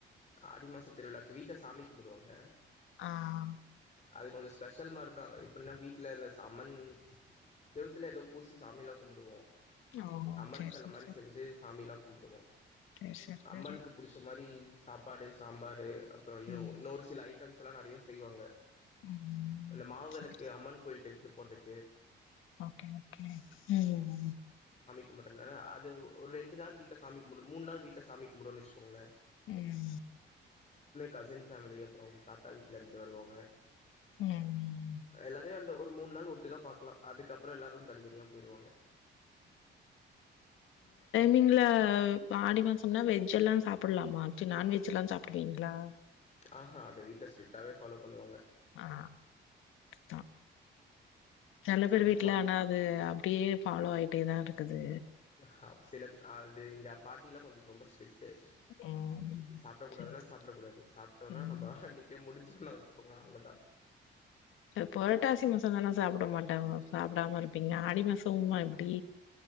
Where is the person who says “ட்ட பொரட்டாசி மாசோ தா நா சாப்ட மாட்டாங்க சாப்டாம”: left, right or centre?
Left